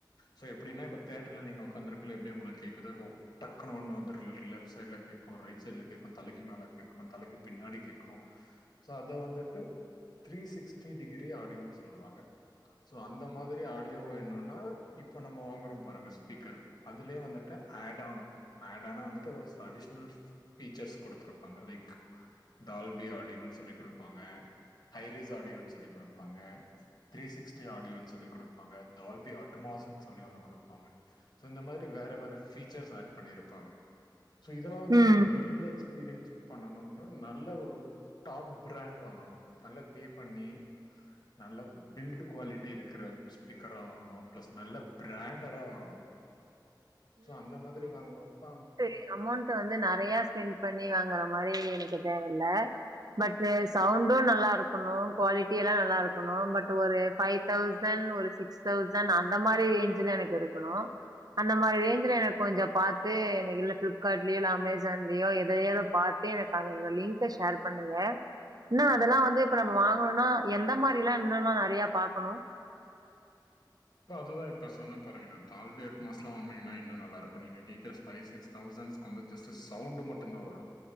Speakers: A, on the left (about 60°); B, on the right (about 55°).
A: சோ எப்டின்னா இப்ப தேட்டர்ல நீங்க ஒக் காந்துருக்கல எப்டி உங்களுக்கு கேக்குதோ இப்ப டக்கு ஒண்ணு வந்து லெ-லெஃப்ட் சைட்ல கேக்கு ரைட் சைட்ல கேக் தலக்கி மேல கேக்கு தலக்கி பின்னாடி கேக்கு சோ அத வந்துட்டு த்ரீ சிக்ஸ்டி டிகிரி ஆடியோன்னு சொல்லுவாங்க சோ அந்த மாதிரி ஆடியோ வேணுன்னா இப்ப நம்ம வாங்கறோ பாருங்க ஸ்பீக்கர் அதுலே வந்து க்க ஆட் ஆன் ஆட்டான்னா வந்துட்டு ஒரு சில அடிஷனல் ஃப்-பீச்சர்ஸ் கொடுத்துருப்பாங்க லைக் டால்பி ஆடியோன்னு சொல்லி் குடுப்பாங்க ஹைரிஸ் ஆடியோன்னு சொல்லி குடுப்பாங்க த்ரீ சிக்ஸ்டி ஆடியோன்னு சொல்லி குடுப்பாங்க டால்பி அட்மாஸ்னு சொல்லி ஒண்ணு குடுப்பாங்க இந்த மாரி வேற வேற ஃபீச்சர்ஸ் ஆட் பண்ணிருப்பாங்க சோ இதெல்லா வந்து
B: ம்.
A: நீங்க வீட்ல எக்ஸ்பீரியன்ஸ் பண்ணணும்னு நல்ல ஒரு டாப் பிராண்ட் வாங்கணு நல்லா பே பண்ணி நல்ல பில்டு குவாலிட்டி இருக்குற ஸ்பீக்கரா வாங்கணு ப்ளஸ் நல்ல பிராண்டடா வாங்கணு சோ அந்த மாதிரி வாங்குனது தா
B: ட்டூ அமௌண்ட் வந்து நெறையா ஸ்பெண்ட் பண்ணி வாங்கற மாரி எனக்கு தேவல்ல பட்டூ சவுண்டும் நல்லாருக்கணு குவாலிட்டி எல்லா நல்லாருக்கணு பட் ஒரு ஃபை தௌசண் ஒரு சிக்ஸ் தௌசண் அந்த மாரி ரேஞ்ல எனக்கு இருக்கணு அந்த மாரி ரேஞ்சுல எனக்கு கொஞ்சோ பாத்து எனக்கு இந்த ஃப்ளிப்கார்ட்லயோ இல்ல அமேசான்லயோ எதையலோ பாத்து எனக்கு அந்த லிங்க்க ஷேர் பண்ணுங்க இன்னு அதெல்லா வந்து இப்ப நம்ம வாங்கணுனா எந்த மாரிலா இன்னு நம்ம நெறைய பாக்கணு
A: ஓ அதுதா இப்ப சொன்னே பாருங்க இந்த டால்பி அட்மாஸ்லா வாங்குனீங்கன்னா இன்னு நல்லாருக்கு நீங்க கேக்குற ஃபை சிக்ஸ் தௌசண்ஸ் அந்த ஜஸ்ட்டு சவுண்ட் மட்டு தா வரு